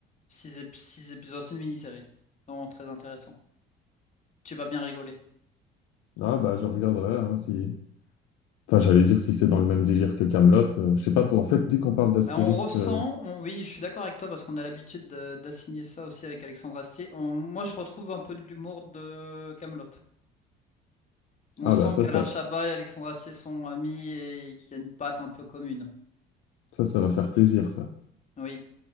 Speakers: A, on the left; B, on the left.
A: Six épisodes, c'est une mini-série. Vraiment très intéressant. Tu vas bien rigoler.
B: Ah bah je regarderai hein, si. Enfin, j'allais dire si c'est dans le même délire que Kaamelott. euh, je sais pas pour en fait, dès qu'on parle d'Astérix,
A: Euh, On ressent,
B: euh,
A: on- oui, je suis d'accord avec toi parce qu'on a l'habitude de- d'assigner ça aussi avec Alexandre Astier. On- moi, je retrouve un peu de l'humour de Kaamelott. On
B: ah
A: sent
B: bah ça,
A: qu'Alain
B: ça,
A: Chabat et Alexandre Astier sont amis et qu'il y a une patte un peu commune.
B: ça, ça va faire plaisir, ça.
A: Oui,